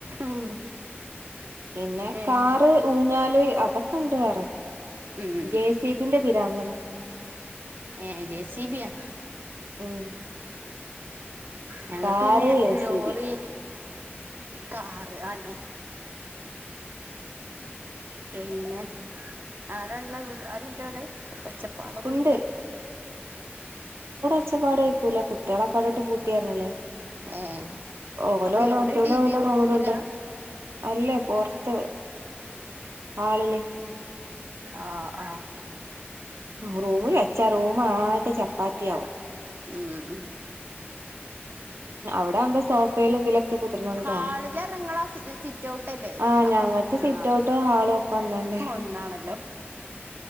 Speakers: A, on the right (about 55°); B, on the right (about 85°).
A: ഉം
B: പിന്നെ
A: ഏ
B: കാറ് ഊഞ്ഞാല് അതൊക്കെ ഉണ്ട് വേറെ
A: ഉം
B: ജെസിബിൻ്റെ പിരാന്തനാ
A: ഏ ജെസിബിയാ
B: ഉം
A: ഞങ്ങക്ക്
B: car
A: പിന്നെ
B: A
A: lorry
B: C B
A: car അതെന്നേ പിന്നെ ആരാള്ളത് വീട് ആരുല്ലെ അവ്ടെ ഒച്ച പാടൊന്നും
B: ഉണ്ട്
A: ഇല്ല
B: ഒച്ചപാട് കേക്കൂലേ? കുട്ടികളൊക്കെ അവിടെ ഇട്ട് പൂട്ടിയറ്ഞ്ഞില്ലേ.
A: ഏ
B: ഓലോ
A: അപ്പൊ
B: വലോ
A: എവിടെ
B: മറ്റോലോ
A: ടി
B: വല്ലോ
A: വി
B: റൂമിലുണ്ട്.
A: റൂമിലാ
B: അല്ല പൊറ്ത്ത് ഹാളില്
A: ആഹ് ആഹ്
B: റൂമില് വെച്ചാ റൂമ് ആകെ ചപ്പാത്തിയാവും.
A: ആഹ്
B: അവിടെ ആവുമ്പം സോഫയിലും ഇതിലൊ ഇജ് കുത്തർന്നാലും
A: ഹാളില്
B: കാണും.
A: ഇറങ്ങളാ സിറ്റ് ഔട്ട് അല്ലേ
B: ആഹ്
A: അപ്പുറ
B: ഞങ്ങക്ക്
A: ആ
B: സിറ്റ്ഔട്ടും ഹാളും വന്ന്അന്നേ
A: ഒന്നാണല്ലോ